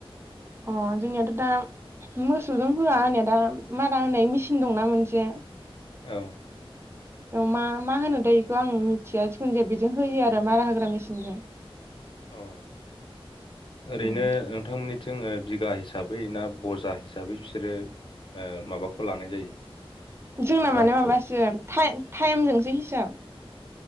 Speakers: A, on the right; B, on the left.
A: अ जोंनियाथ‌' दा मोसौजों होआ होनाय दा मारा होनाय मेसिन दंना मोनसे
B: औ
A: औ मा मा होनो दाय इखौ आं मिथिया जिखुनु जाया बेजों होयो आरो मारा होग्रा मेसिनजों
B: औ ओरैनो
A: उम
B: नोंथांमोननि थिं जोङो बिगा हिसाबै ना बजा हिसाबै बिसोरो ओ माबाखौ लानाय जायो?
A: जोंना
B: रांखौ
A: माने माबासो थाइ-थाइमजोंसो हिसाब